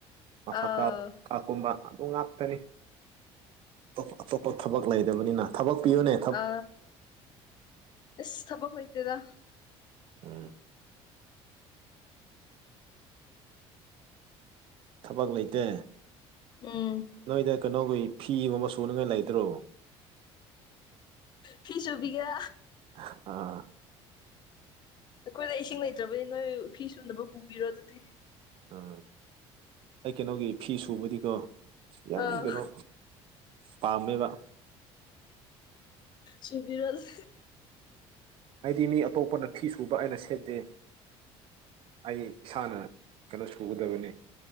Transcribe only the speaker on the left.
ꯑꯥ
ꯑ ꯏꯁ ꯊꯄꯛ ꯂꯩꯣꯏꯇꯦꯗ
ꯎꯝ
ꯐꯤ ꯆꯨꯚꯒ
ꯑꯩꯈꯣꯏꯗ ꯏꯁꯤꯡ ꯂꯩꯇ꯭ꯔꯕꯅꯤ ꯅꯣꯏ ꯐꯤ ꯁꯨꯅꯕ ꯄꯨꯕꯤꯔꯣ ꯑꯗꯨꯗꯤ
ꯑꯥ
ꯁꯨꯕꯤꯔꯣꯖ